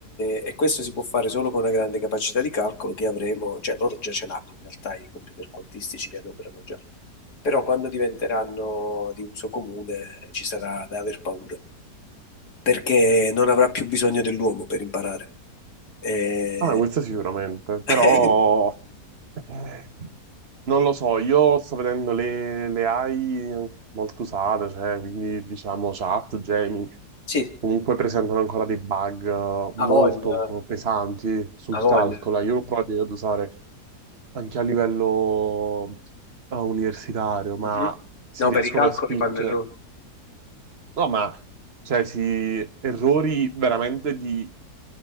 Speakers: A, on the left (about 75°); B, on the right (about 40°).
A: e questo si può fare solo con una grande capacità di calcolo che avremo, cioè loro già ce l'hanno in realtà, i computer quantistici li adoperano già, però quando diventeranno di uso comune ci sarà da aver paura, perché non avrà più bisogno dell'uomo per imparare. E-
B: ah, questo sicuramente, però
A: <laughs>
B: eh, non lo so, io sto vedendo le, le AI molto usate, cioè, quindi diciamo chat, Gemini,
A: Sì,
B: comunque presentano ancora dei bug eh, molto
A: ha voglia,
B: pesanti sul
A: ha voglia.
B: calcolo. Io l'ho provato ad usare anche a livello eh, universitario, ma
A: Mhm.
B: si
A: No,
B: riescono
A: per i calcoli
B: a spingere.
A: fanno errori.
B: No, ma cioè, si, errori veramente di